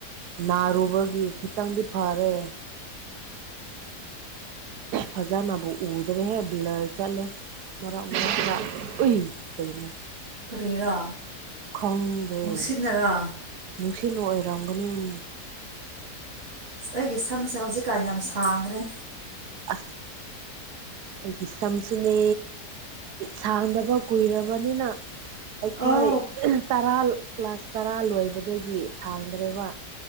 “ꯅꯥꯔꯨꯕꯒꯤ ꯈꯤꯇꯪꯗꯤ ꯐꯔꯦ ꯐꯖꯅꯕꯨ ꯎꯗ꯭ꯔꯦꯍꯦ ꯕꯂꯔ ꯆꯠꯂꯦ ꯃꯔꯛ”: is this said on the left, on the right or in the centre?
Right